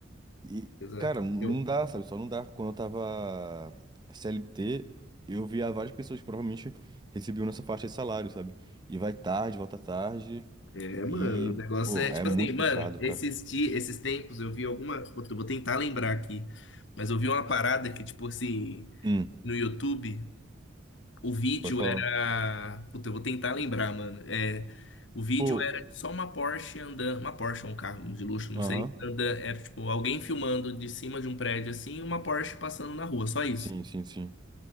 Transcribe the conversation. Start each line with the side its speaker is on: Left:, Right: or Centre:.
Right: E,
Left: Exato.
Right: cara, não
Left: Eu,
Right: dá, sabe? Só não dá. Quando eu tava CLT, eu via várias pessoas que provavelmente recebiam nessa faixa de salário, sabe? E vai tarde, volta tarde.
Left: é, mano,
Right: E,
Left: o negócio
Right: pô,
Left: é tipo
Right: é muito
Left: assim, mano,
Right: puxado,
Left: esses
Right: cara.
Left: dias, esses tempos eu vi alguma. Vou vou tentar lembrar aqui, mas eu vi uma parada que, tipo assim,
Right: Hum,
Left: no YouTube. O vídeo
Right: pode falar.
Left: era. Puta, eu vou tentar lembrar, mano. É, o vídeo
Right: Pô,
Left: era só uma Porsche andando. Uma Porsche, um carro de luxo, não
Right: aham.
Left: sei. Anda, era tipo alguém filmando de cima de um prédio assim e uma Porsche passando na rua, só isso.
Right: Sim, sim, sim.